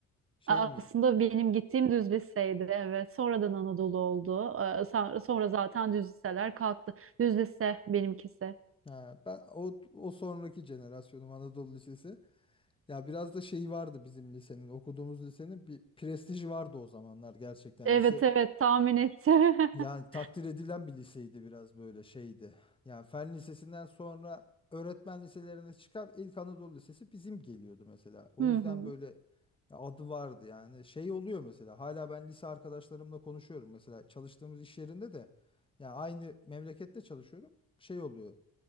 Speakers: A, on the left; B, on the right.
A: Şey
B: Aslında
A: mi?
B: benim gittiğim düz liseydi evet. Sonradan Anadolu oldu. Ee, sa- Sonra zaten düz liseler kalktı. Düz lise benimkisi.
A: Ha, ben o, o sonraki jenerasyonum Anadolu Lisesi. Ya biraz da şeyi vardı bizim lisenin, okuduğumuz lisenin bir prestiji vardı o zamanlar gerçekten.
B: Evet
A: Lise
B: evet tahmin ettim.
A: Yani
B: <laughs>
A: takdir edilen bir liseydi biraz böyle şeydi. Yani fen lisesinden sonra öğretmen liselerine çıkar ilk Anadolu Lisesi bizim geliyordu mesela. O
B: Hı
A: yüzden
B: hı.
A: böyle adı vardı yani. Şey oluyor mesela hala ben lise arkadaşlarımla konuşuyorum mesela çalıştığımız iş yerinde de yani aynı memlekette çalışıyorum. Şey oluyor.